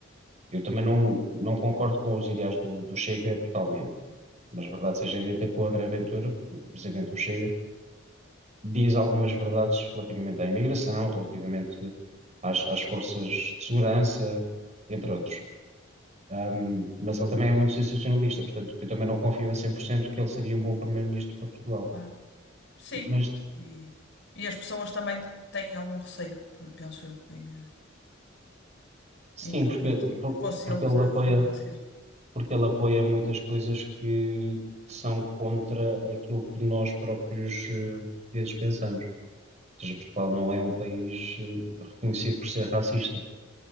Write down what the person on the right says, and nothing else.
eu também não, não concordo com os ideais do, do Chega totalmente. Mas verdade seja dita que o André Ventura, portanto, o presidente do Chega, diz algumas verdades relativamente à imigração, relativamente às, às forças de segurança, entre outros. Ahm, mas ele também é muito sensacionalista, portanto, eu também não confio a 100% que ele seria um bom primeiro-ministro para Portugal.
Mas
sim,
porque,
por-
porque
ele
apoia
porque ele apoia muitas coisas que, que são contra aquilo que nós próprios eh, portugueses pensamos. Ou seja, Portugal não é um país eh, reconhecido por ser racista.